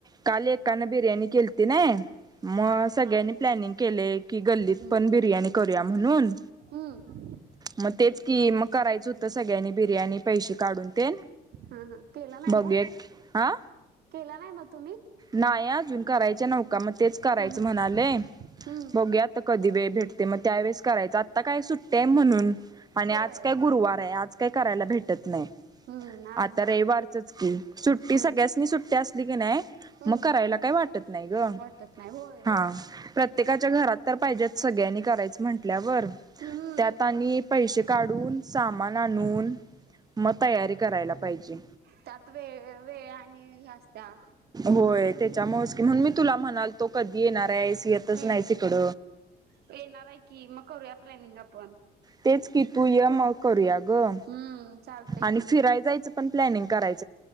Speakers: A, on the right (about 25°); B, on the right (about 70°).
A: काल एकान बिर्याणी केल्ती ना. मग
B: हा
A: सगळ्यांनी प्लॅनिंग केलेय की गल्लीत
B: हम्म
A: पण बिर्याणी करूया म्हणून
B: हम्म
A: मग तेच कि मग करायचं होतं सगळ्यांनी बिर्याणी पैसे काढून ते
B: हा हा केला नाही
A: बघुया
B: मग
A: की हा
B: केला नाही मग त
A: नाही अजून करायच नवका मग तेच करायचं
B: हा हा
A: म्हणाले
B: हम्म
A: बघु आता कधी वेळ भेटते मग त्यावेेळेस करायचं आत्ता काय सुट्टी हाय म्हणून आणि
B: होय.
A: आज काय गुरुवार आहे आज काय करायला भेटत नाही
B: हम्म आज
A: आता रविवार तेच की सुट्टी
B: हम्म
A: सगळ्यासनी सुट्टी असली की नाही
B: हम्म
A: मग करायला काय वाटत नाही ग
B: वाटत नाही हो
A: हा प्रत्येकाच्या घरात तर पाहिजेत सगळ्यांनी करायचं म्हंटल्यावर
B: हम्म
A: त्यात आणि पैसे काढून सामान आणून मग तयारी करायला पाहिजे
B: त्यात वेळ वेळ आणि हे असत्या
A: होय त्याच्यामुळे म्हणून मी तुला म्हणाल तो कधी येणार आहे एसी येतच
B: हम्म.
A: नाही इकड
B: येणार आहे की मग करूया प्लॅनिंग आपण
A: तेच की तू ये
B: हम्म.
A: मग करूया ग
B: हम्म चालतय
A: आणि
B: की
A: फिराय जायचं पण प्लॅनिंग करायचं